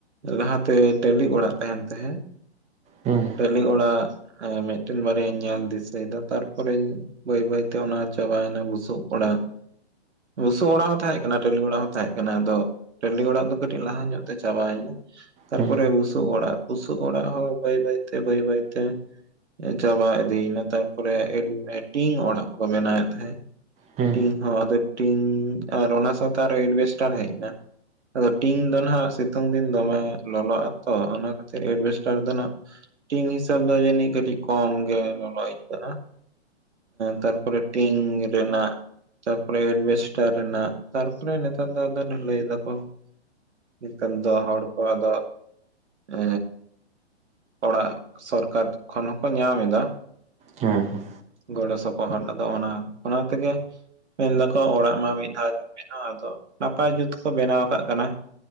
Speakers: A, on the right (about 80°); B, on the right (about 20°).
A: ᱞᱟᱦᱟ ᱛᱮ ᱴᱟᱹᱞᱤ ᱚᱲᱟᱜ ᱛᱟᱦᱮᱱ ᱛᱟᱦᱮᱸᱜ ᱼᱼ
B: ᱦᱮᱸ
A: ᱴᱟᱹᱞᱤ ᱚᱲᱟᱜ ᱢᱤᱫᱴᱮᱱ ᱵᱟᱨᱭᱟᱧ ᱧᱮᱞ ᱫᱤᱥᱟᱹᱭᱮᱫᱟ ᱛᱟᱨᱯᱚᱨᱮᱧ ᱼᱼ ᱵᱟᱹᱭ ᱵᱟᱹᱭ ᱛᱮ ᱚᱱᱟ ᱪᱟᱵᱟᱭᱮᱱᱟ ᱵᱩᱥᱩᱵᱽ ᱚᱲᱟᱜ ᱾ ᱵᱩᱥᱩᱵᱽ ᱚᱲᱟᱜ ᱦᱚᱸ ᱛᱟᱦᱮᱸ ᱠᱟᱱᱟ ᱴᱟᱹᱞᱤ ᱚᱲᱟᱜ ᱦᱚᱸ ᱛᱟᱦᱮᱸ ᱠᱟᱱᱟ ᱟᱫᱚ ᱴᱟᱹᱺᱞᱤ ᱚᱲᱟᱜ ᱫᱚ ᱼᱼ ᱠᱟᱹᱴᱤᱡ ᱞᱟᱦᱟ ᱧᱚᱜ ᱛᱮ ᱪᱟᱵᱟᱭᱮᱱᱟ ᱾ ᱛᱟᱨᱯᱚᱨᱮ
B: ᱦᱮᱸ
A: ᱵᱩᱥᱩᱵᱽ ᱚᱲᱟᱜ, ᱵᱩᱥᱩᱵᱽ ᱚᱲᱟᱜ ᱦᱚᱸ ᱵᱟᱹᱭ ᱵᱟᱹᱭ ᱛᱮ ᱵᱟᱹᱭ ᱵᱟᱹᱭ ᱛᱮ ᱼᱼ ᱪᱟᱵᱟ ᱤᱫᱤᱭᱮᱱᱟ ᱛᱟᱨᱯᱚᱨᱮ ᱴᱤᱝ ᱚᱲᱟᱜ ᱠᱚ ᱵᱮᱱᱟᱣᱮᱫ ᱛᱟᱦᱮᱸᱫ ᱾
B: ᱦᱮᱸ
A: ᱴᱤᱝ ᱦᱚ ᱟᱫᱚ ᱴᱤᱝ ᱟᱨ ᱚᱱᱟ ᱥᱟᱶᱛᱮ ᱟᱨᱚ ᱮᱰᱵᱷᱮᱥᱴᱟᱨ ᱦᱚᱸ ᱦᱮᱡ ᱮᱱᱟ ᱾ ᱟᱫᱚ ᱴᱤᱝ ᱫᱚ ᱱᱟᱦᱟᱜ ᱥᱤᱛᱩᱝ ᱫᱤᱱ ᱫᱚᱢᱮ ᱞᱚᱞᱚᱜᱼᱟ ᱛᱚ ᱚᱱᱟ ᱠᱷᱟᱹᱛᱤᱨ ᱮᱰᱵᱷᱮᱥᱴᱟᱨ ᱫᱚ ᱱᱟᱦᱟᱜ ᱼᱼ ᱴᱤᱝ ᱦᱤᱥᱟᱹᱵ ᱫᱚ ᱡᱟᱱᱤᱡ ᱠᱚᱢ ᱜᱮ ᱞᱚᱞᱚ ᱟᱹᱭᱠᱟᱹᱜᱼᱟ ᱾ ᱛᱟᱨᱯᱚᱨᱮ ᱴᱤᱝ ᱨᱮᱱᱟᱜ ᱛᱟᱨᱯᱚᱨᱮ ᱮᱰᱢᱤᱥᱴᱟᱨ ᱨᱮᱱᱟᱜ ᱛᱟᱨᱯᱚᱨᱮ ᱱᱮᱛᱟᱨ ᱫᱚ ᱰᱷᱟᱹᱞᱟᱹᱭ ᱫᱟᱠᱚ ᱱᱮᱛᱟᱱ ᱫᱚ ᱦᱚᱲ ᱠᱚ ᱟᱫᱚ ᱮ ᱚᱲᱟᱜ ᱥᱚᱨᱠᱟᱨ ᱠᱷᱚᱱ ᱦᱚᱸᱠᱚ ᱧᱟᱢ ᱮᱫᱟ
B: ᱦᱮᱸ ᱦᱮᱸ
A: ᱜᱚᱲᱚ ᱥᱚᱯᱚᱦᱚᱫ ᱟᱫᱚ ᱚᱱᱟ ᱚᱱᱟ ᱛᱮᱜᱮ ᱢᱮᱱ ᱫᱟᱠᱚ ᱚᱲᱟᱜ ᱢᱟ ᱢᱤᱫ ᱫᱷᱟᱣ ᱜᱮᱢ ᱵᱮᱱᱟᱣᱟ ᱟᱫᱚ ᱱᱟᱯᱟᱭ ᱡᱩᱛ ᱠᱚ ᱵᱮᱱᱟᱣ ᱠᱟᱫ ᱠᱟᱱᱟ